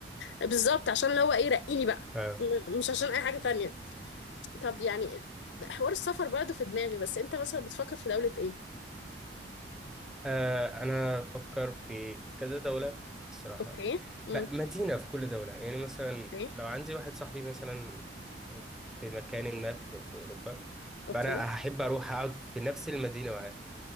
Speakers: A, on the left; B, in the centre.
A: بالظبط عشان اللي هو ايه رقيني بقى
B: اه
A: م- مش عشان أي حاجة تانية طب يعني حوار السفر برضه في دماغي بس انت مثلا بتفكر في دولة ايه؟
B: آه، أنا بفكر في كذا دولة الصراحة
A: اوكي امم
B: ب- مدينة في كل دولة يعني مثلا
A: اوكي
B: لو عندي واحد صاحبي مثلا في في مكان ما في في أوروبا
A: اوكي
B: فأنا هحب أروح أقعد في نفس المدينة معاه